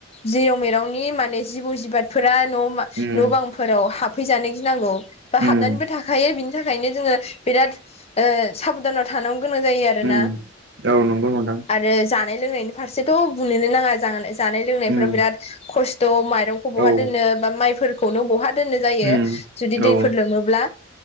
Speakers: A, on the left; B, on the right.
A: जेराव मेरावनि माने जिबौ जिबादफोरा न'
B: उम
A: न' बां फोराव हाबफैजानो गिनांगौ बा
B: उम
A: हाबनानैबो था खायो बिनि थाखायनो जोङो बिराद साबधानाव थांनांगौ गोनां जायो आरोना।
B: उम औ नंगौ नोंथां
A: आरो जानाय लोंनायनि फारसेथ' बुंनोनो नाङा जानाय लोंनायफ्रा
B: उम
A: बिराद खस्थ' माइरं बहा
B: औ
A: दोननो बा माइफोरखौनो बहा दोननो जायो।
B: उम
A: जुदि दैफोर
B: औ
A: लोमोब्ला।